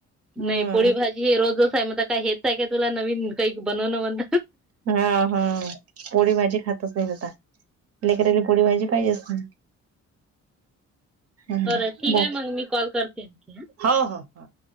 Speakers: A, on the right (about 50°); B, in the centre.
A: हं.
B: नाही पोळी-भाजी. हे रोजचं रोज हाय, मत काय हेच आहे काय? तुला नवीन काही बनवणं म्हण
A: हा-हा. पोळी-भाजी खातंच नाही, आता लेकराले पोळी-भाजी पाहिजे असेल. हं.
B: बरं, ठीक
A: बाकी
B: आहे. मग मी कॉल करते, आणखी हा.
A: हो, हा-हा.